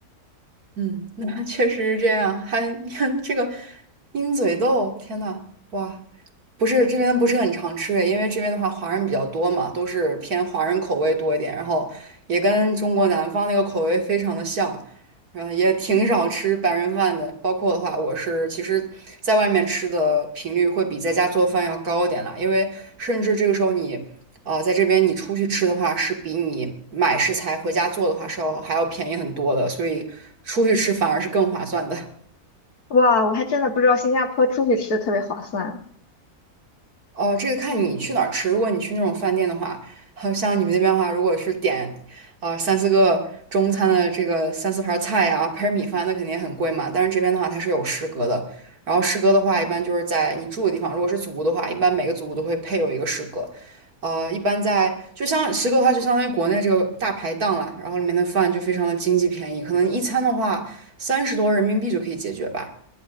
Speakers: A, on the right; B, on the left.
A: 嗯，<laughs> 那确实是这样。还 <laughs> 看这个鹰嘴豆，天呐，哇！不是这边不是很常吃诶，因为这边的话华人比较多嘛，都是偏华人口味多一点，然后也跟中国南方那个口味非常的像，嗯，也挺少吃白人饭的。包括的话，我是其实在外面吃的频率会比在家做饭要高一点啦，因为甚至这个时候你，呃，在这边你出去吃的话，是比你买食材回家做的话是要还要便宜很多的，所以出去吃反而是更划算的。
B: 哇，我还真的不知道新加坡出去吃特别划算。
A: 哦，这个看你去哪儿吃。如果你去那种饭店的话，好像你们那边的话，如果是点，呃，三四个中餐的这个三四盘儿菜呀、配米饭，那肯定很贵嘛。但是这边的话，它是有食阁的。然后食阁的话，一般就是在你住的地方，如果是祖屋的话，一般每个祖屋都会配有一个食阁。呃，一般在就像食阁的话，就相当于国内这个大排档啦，然后里面的饭就非常的经济便宜，可能一餐的话三十多人民币就可以解决吧。